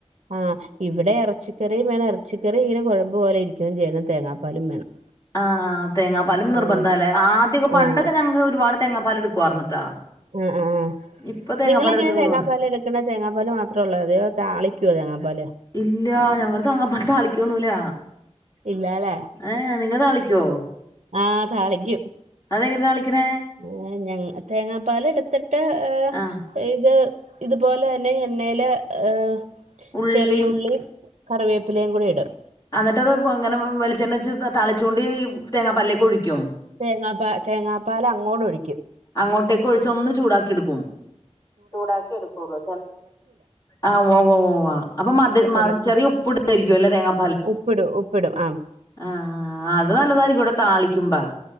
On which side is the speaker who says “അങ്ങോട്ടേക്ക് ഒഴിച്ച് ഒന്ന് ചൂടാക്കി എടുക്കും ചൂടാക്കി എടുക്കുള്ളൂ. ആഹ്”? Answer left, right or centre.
Left